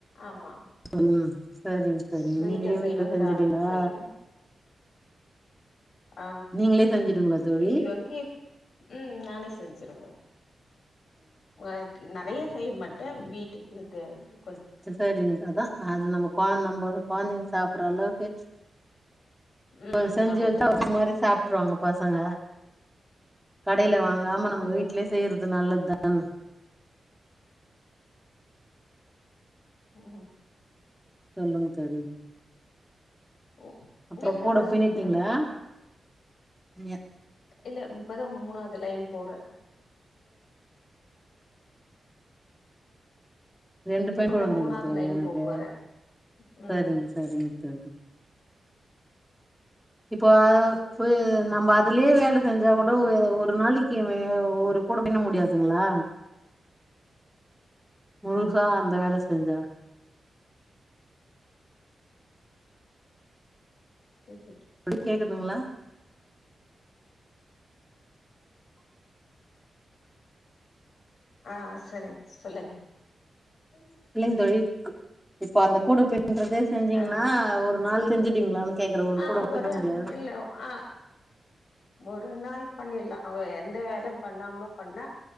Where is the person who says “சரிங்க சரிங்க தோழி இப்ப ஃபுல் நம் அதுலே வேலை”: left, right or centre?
Centre